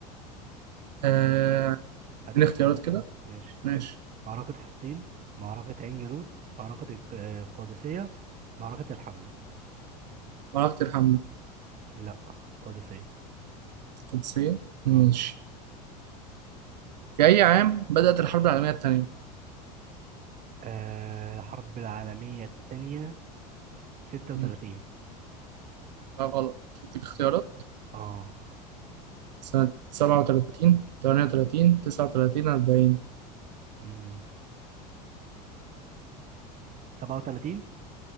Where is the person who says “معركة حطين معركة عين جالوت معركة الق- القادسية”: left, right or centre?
Right